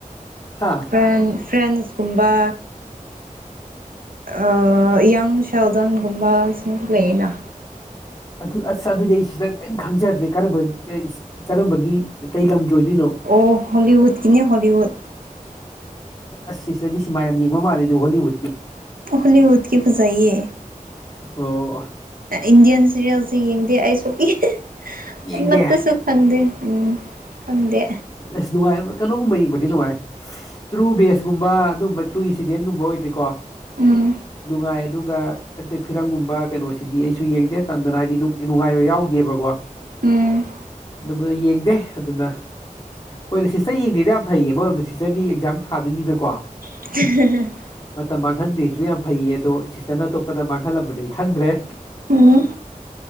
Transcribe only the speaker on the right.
ꯐ꯭ꯔꯦꯟ ꯐ꯭ꯔꯦꯟꯁꯀꯨꯝꯕ ꯑ ꯌꯪ ꯁꯦꯜꯗꯟꯒꯨꯝꯕ ꯁꯤꯡꯁꯨ ꯂꯩꯌꯦꯅ
ꯑꯣ ꯍꯣꯂꯤꯎꯠ ꯀꯅꯦ ꯍꯣꯂꯤꯎꯠ
ꯍꯣꯂꯤꯎꯠꯀꯤ ꯐꯖꯩꯌꯦ
ꯏꯟꯗꯤꯌꯥꯟ ꯁꯤꯔꯦꯜꯁꯁꯦ ꯌꯦꯡꯗꯦ ꯑꯩꯁꯨ ꯏ
ꯑꯃꯇꯥꯁꯨ ꯈꯪꯗꯦ ꯎꯝ ꯈꯪꯗꯦ
ꯎꯝ
ꯎꯝ
<unintelligible>
ꯎꯝ